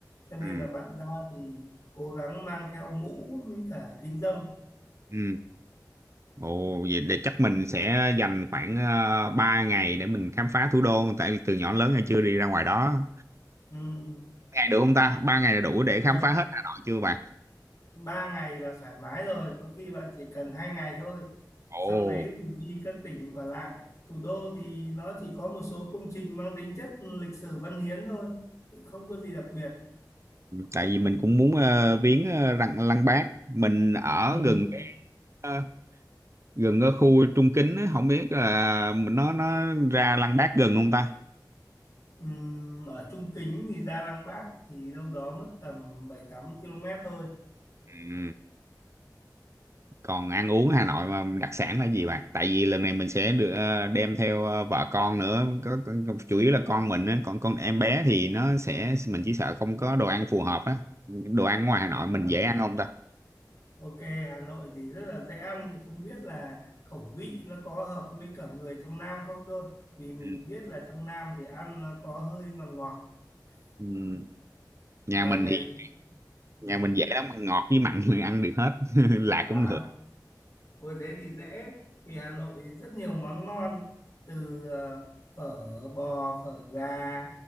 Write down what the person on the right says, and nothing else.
ừ,
ừ. Ồ, vậy để chắc mình sẽ dành khoảng uh, 3 ngày để mình khám phá thủ đô tại từ nhỏ đến lớn hay chưa đi ra ngoài đó.
Ngày được không ta? 3 ngày là đủ để khám
phá hết Hà Nội chưa bạn?
Ồ.
tại vì mình cũng muốn ờ, viếng ờ, lăng lăng Bác mình ở
gần cái, ờ, gần cái khu Trung Kính á, không biết là nó nó ra lăng Bác gần không ta
ừ. còn ăn uống Hà Nội mà đặc sản là gì bạn tại vì lần này mình sẽ được ờ, đem theo ờ, vợ con nữa có, có, có- chủ yếu là con mình á còn con em bé thì nó sẽ mình chỉ sợ không có đồ ăn phù hợp á đồ ăn ngoài
Hà Nội mình
dễ ăn không ta
ừ.
Ừ.
nhà
mình
thì
nhà
mình dễ lắm ngọt với mặn mình ăn được hết <laughs> lạc
cũng được